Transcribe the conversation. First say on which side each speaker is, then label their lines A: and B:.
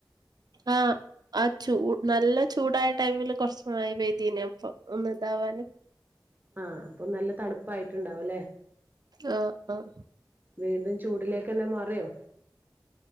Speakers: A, on the right; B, on the right.
A: ആഹ്. ആ ചൂ നല്ല ചൂടായ ടൈമില് കൊറ്ച്ച് മഴ പെയ്തീനെ. അപ്പൊ ഒന്ന് താവാന്.
B: ആഹ്. അപ്പൊ നല്ല തണുപ്പായിട്ട്ണ്ടാവുല്ലേ?
A: ആഹ്. ആഹ്.
B: വീണ്ടും ചൂടിലേക്കെല്ലാം മാറിയോ?